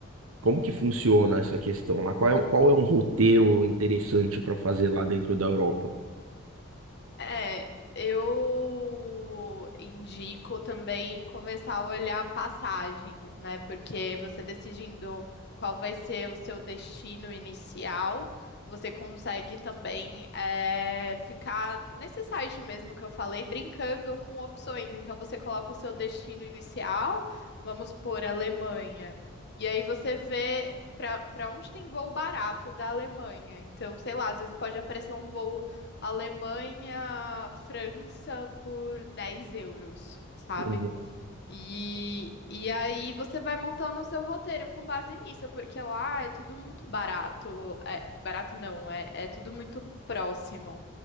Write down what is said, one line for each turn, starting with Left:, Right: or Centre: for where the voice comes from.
Right: Como que funciona essa questão lá? Qual é, um- qual é um roteiro interessante para fazer lá dentro da Europa?
Left: É, eu indico também começar a olhar passagens, né? Porque você decidindo qual vai ser o seu destino inicial, você consegue também é, ficar nesse site mesmo que eu falei, brincando com opções. Então você coloca o seu destino inicial, vamos por Alemanha. E aí você vê para para onde tem voo barato da Alemanha. Então, sei lá, às vezes pode aparecer um voo Alemanha, França por 10 euros, sabe?
Right: Uhum,
Left: E, e aí você vai montando o seu roteiro com base nisso, porque lá é tudo muito barato. É, barato não, é, é tudo muito próximo.